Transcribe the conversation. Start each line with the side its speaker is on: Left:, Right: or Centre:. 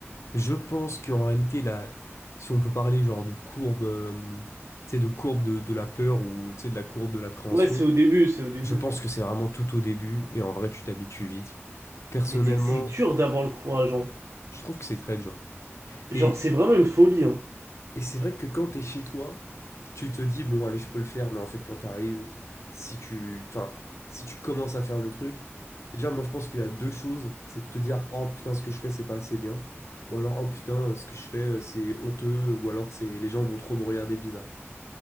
Left: Je pense qu'en réalité, là, si on peut parler genre de courbe, euh, tu sais, de courbe de, de la peur ou tu sais, de la courbe de l'appréhension,
Right: Ouais, c'est au début, c'est au début.
Left: je pense que c'est vraiment tout au début et en vrai, tu t'habitues vite. Personnellement,
Right: Mais tu sais que c'est dur d'avoir le courage, hein.
Left: je trouve que c'est très dur.
Right: Genre,
Left: Et
Right: c'est vraiment une folie, hein.
Left: Et c'est vrai que quand t'es chez toi, tu te dis, bon, allez, je peux le faire, mais en fait, quand t'arrives, si tu, enfin, si tu commences à faire le truc, déjà, moi, je pense qu'il y a deux choses, c'est de te dire, oh putain, ce que je fais, c'est pas assez bien, ou alors, oh putain, euh, ce que je fais, euh, c'est honteux, ou alors, c'est les gens vont trop me regarder bizarre.